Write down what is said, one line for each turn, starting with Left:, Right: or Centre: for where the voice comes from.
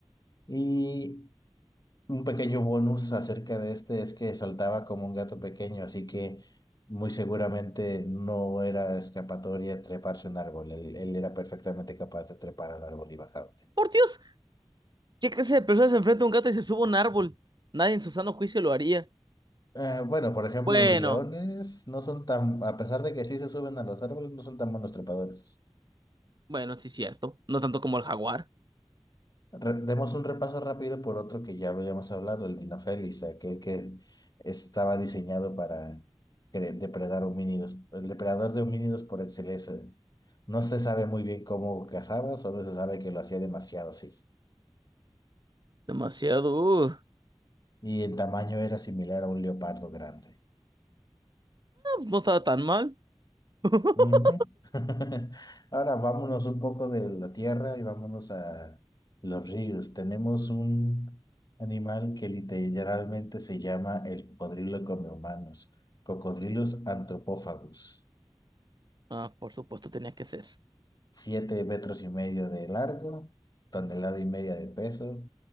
Left: Y un pequeño bonus acerca de este es que saltaba como un gato pequeño, así que muy seguramente no era escapatoria treparse a un árbol. Él, él era perfectamente capaz de trepar al árbol y bajarte.
Right: Por Dios. ¿Qué clase de persona se enfrenta a un gato y se sube a un árbol? Nadie en su sano juicio lo haría.
Left: Eh, bueno, por ejemplo,
Right: Bueno.
Left: los leones no son tan, a pesar de que sí se suben a los árboles, no son tan buenos trepadores.
Right: Bueno, sí es cierto. No tanto como el jaguar.
Left: Re- Demos un repaso rápido por otro que ya habíamos hablado, el Dinofelis, aquel que estaba diseñado para cre- depredar homínidos, el depredador de homínidos por excelencia. No se sabe muy bien cómo cazaba, solo se sabe que lo hacía demasiado sí
Right: Demasiado. uh,
Left: Y en tamaño era similar a un leopardo grande.
Right: no estaba tan mal. <laughs>
Left: Ujú. <laughs> Ahora vámonos un poco de la tierra y vámonos a los ríos. Tenemos un animal que literalmente se llama el cocodrilo come humanos, Cocodrilos antropófagos.
Right: Ah, por supuesto tenía que ser.
Left: Siete metros y medio de largo, tonelada y media de peso,